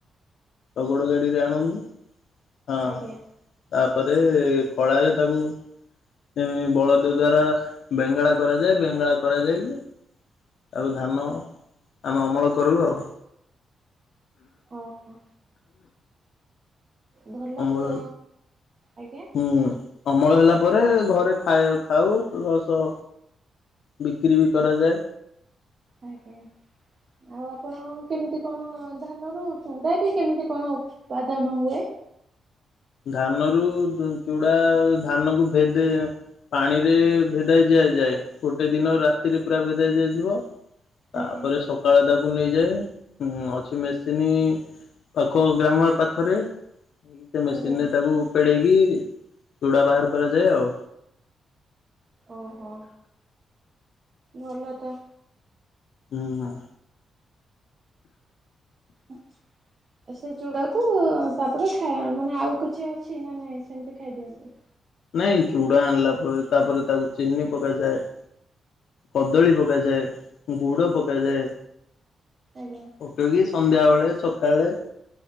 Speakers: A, on the left (about 65°); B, on the right (about 35°).
A: ଶଗଡ଼ ଗାଡ଼ିରେ ଆଣନ୍ତି। ହଁ
B: ଆଜ୍ଞା
A: ତାପରେ ଖଳାରେ ତାକୁ ଏ ବଳଦ ଦ୍ଵାରା ବେଙ୍ଗଳା କରାଯାଏ ବେଙ୍ଗଳା କରାଯାଇକି ଆଉ ଧାନ ଆମେ ଅମଳ କରୁ ଆଉ
B: ଓହୋ ଭଲ
A: ଅମଳ
B: ତ ଆଜ୍ଞା
A: ହୁଁ ଅମଳ ହେଲା ପରେ ଘରେ ଖାଇ ଖାଉ ପ୍ଲସ ବିକ୍ରି ବି କରାଯାଏ।
B: ଆଜ୍ଞା ଆଉ ଆପଣ କେମିତି କଣ ଧାନରୁ ଚୁଡ଼ା ବି କେମିତି କଣ ପାଦାନ ହୁଏ
A: ଧାନରୁ ଚୁ ଚୁଡା ଧାନ କୁ ଭେଦେ ପାଣିରେ ଭେଦା ଦିଆଯାଏ ଗୋଟେ ଦିନ ରାତିରେ ପୁରା ଭେଦା ଦିଆଯିବ ତାପରେ
B: ଆଜ୍ଞା
A: ସକାଳେ ତାକୁ ନେଇଯାଏଁ ଉ ଅଛି ମେସିନ୍ ପାଖ ଗ୍ରାମ ପାଖରେ ସେ ମେସିନି
B: ଆଜ୍ଞା
A: ରେ ତାକୁ ପେଡେଇକି ଚୁଡ଼ା ବାହାର କରାଯାଏ ଆଉ
B: ଓହୋ ଭଲ ତ
A: ହୁଁ ହ
B: ହୁଁ ସେ ଚୁଡାକୁ ତାପରେ ଖା ମାନେ ଆଉ କିଛି ଅଛି ନା ନାଇଁ ସେମିତି ଖାଇଦିଅନ୍ତି
A: ନାଇଁ ଚୁଡ଼ା ଆଣିଲା ପରେ ତାପରେ ତାକୁ ଚିନି ପକାଯାଏ କଦଳୀ ପକାଯାଏ ଗୁଡ ପକାଯାଏ
B: ଆଜ୍ଞା
A: ପକେଇକି ସନ୍ଧ୍ୟାବେଳେ ସକାଳେ